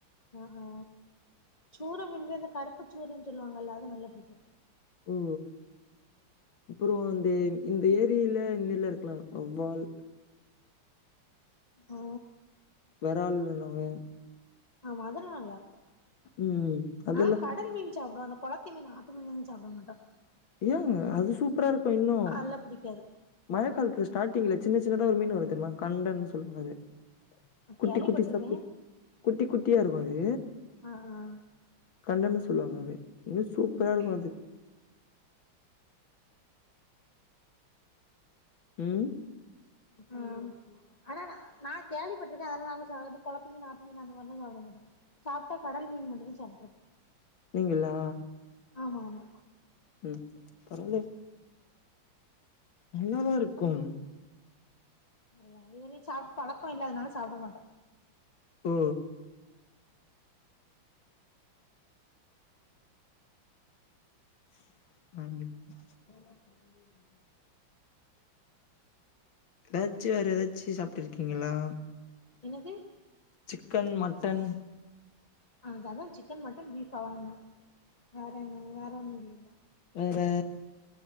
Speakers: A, on the left; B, on the left.
A: அ ஆ சூர மீன்ல இந்த கருப்பு சூரன்னு சொல்வாங்கல்லா அது நல்லா பிடிக்கோ
B: ஓ அப்புறோ இந்த இந்த ஏரியில இந் மீன்லா இருக்குல வவ்வால்
A: அ
B: வெரால் மீன் வங்க
A: ஆமா அது நல்லா இருக்கும்
B: ம். அதெல்லாம்
A: நா கடல் மீன் சாப்டுவாங்க கொளத்தி மீன் ஆத்து மீன்ல்லா சாப்ட மாட்டோ
B: ஏங்க அது சூப்பரா இருக்கும் இன்னும்
A: அதெல்லா பிடிக்காது
B: மழக்காலத்ல ஸ்டார்டிங்ல சின்ன சின்னதா ஒரு மீன் வர்றோ தெரிமா கண்டன் சொல்வாங்க அது குட்டி
A: கேள்விப்பட்டிருக்கே
B: குட்டி சப்பு குட்டி குட்டியா இருக்கோ அது
A: ஆ ஆ
B: கல்லன்னு சொல்வாங்க அது இன்னு சூப்பரா
A: ம்
B: இருக்கோ அது ம்
A: ஆ ஆனா நா நா கேள்விப்பட்ருக்கே அதனால நாங்க சாதாண கொளத்து மீன் ஆத்து மீன் அந்த மாரி தா சாப்டுவோமே சாப்ட்டா கடல் மீன் மட்டு தா சாப்ட்ருக்கோ
B: நீங்களா
A: ஆமா ஆமா
B: ம் பரவாலே நல்லா தா இருக்கும்
A: ம் அதுகளு சாப்ட்டு பழக்கோ இல்லாதனால சாப்ட மாட்டோ
B: ஓ வர்லயா
A: <inaudible>
B: எதாச்சு வேற எதாச்சு சாப்ட்டிருக்கீங்களா
A: என்னது
B: சிக்கன் மட்டன்
A: ஆ அதா சிக்கன் மட்டன் பீஃப் அவ்ளோ தா வேற என்ன வேற ஒன்னு இல்லைல
B: வேற